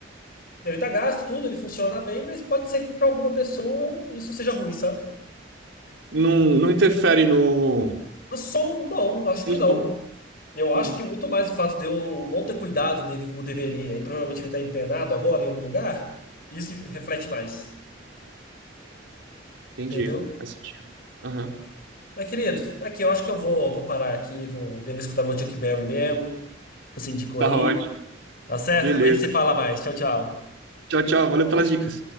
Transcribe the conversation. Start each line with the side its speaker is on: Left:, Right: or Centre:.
Left: Ele tá gasto, tudo, ele funciona bem, mas pode ser que para alguma pessoa isso seja ruim, sabe?
Right: Não, não interfere no...
Left: Eu sou, um não, acho
Right: No
Left: que
Right: som.
Left: não. Eu
Right: Sim,
Left: acho que muito mais o fato de eu não ter cuidado dele como deveria, e provavelmente ele tá empenado agora em algum lugar, isso reflete mais,
Right: entendi.
Left: entendeu?
Right: Faz sentido. Aham.
Left: Mas, querido, aqui eu acho que eu vou, vou parar aqui, vou, devo escutar meu Chuck Berry mesmo, que você indicou
Right: Tá
Left: aí.
Right: ótimo.
Left: Tá certo?
Right: Beleza.
Left: Depois a gente se fala mais. Tchau, tchau.
Right: Tchau, tchau. Valeu pelas dicas.